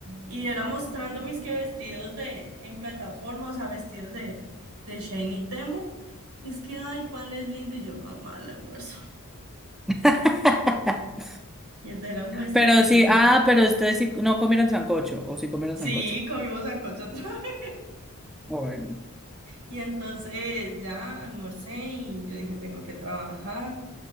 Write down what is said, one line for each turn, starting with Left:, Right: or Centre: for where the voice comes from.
Right: Y era mostrando mis que vestidos de, en plataforma, o sea, vestidos de, de Shane y Temu, y es que, ay, cuál es lindo, y yo, mamá, el almuerzo. <laughs>
Centre: <laughs>
Right: Y entonces era muestra,
Centre: Pero
Right: me muestra.
Centre: sí, ah, pero ustedes sí no comieron sancocho, o sí comieron
Right: Sí,
Centre: sancocho.
Right: comimos sancocho otra vez.
Centre: Bueno,
Right: Y entonces ya almorcé y yo dije, tengo que trabajar.